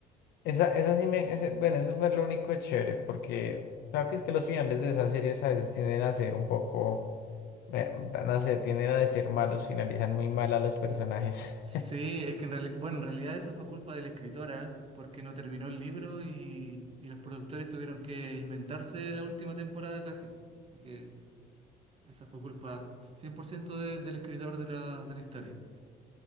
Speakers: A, on the left; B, on the right.
A: Esa, esa sí me... ese- bueno, eso fue lo único chévere, porque creo que es que los finales de esas series a veces tienden a ser un poco... eh, No sé, tienden a ser malos, finalizan muy mal a los personajes.
B: Sí,
A: <laughs>
B: es que en realidad, bueno, en realidad esa fue culpa de la escritora, porque no terminó el libro y, y los productores tuvieron que inventarse la última temporada casi. Así que esa fue culpa 100% de- del escritor de la, de la historia.